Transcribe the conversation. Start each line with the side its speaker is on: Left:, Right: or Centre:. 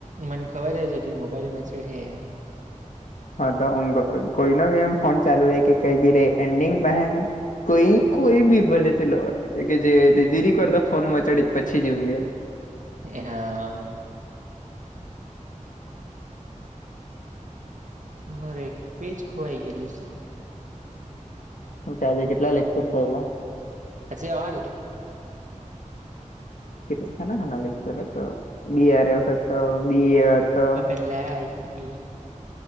Right: મને ખબર હ જેથી મોબાઈલમાં મચડ હે‌એમ.
Left: હા તો કોઈ ન ભી એમ ફોન ચાલુ રહે કે કઈ બી ર એન્ડિંગ પાહે કઈ કોઈ બી ભલે તું લવ કે જે જીરીકર તો ફોન મચાડી પછીજ ઊંઘે
Right: હા મારે એક પેજ ખોવાઈ ગયેલી છે.
Left: હું કે આજે કેટલા લેક્ચર ચાલ્યા?
Right: આજે ઓલ.
Left: કેટલા સાના સાના લેક્ચર હતા બી. આર. એફ હતો બીએ હતો હતો.
Right: પેલા આવી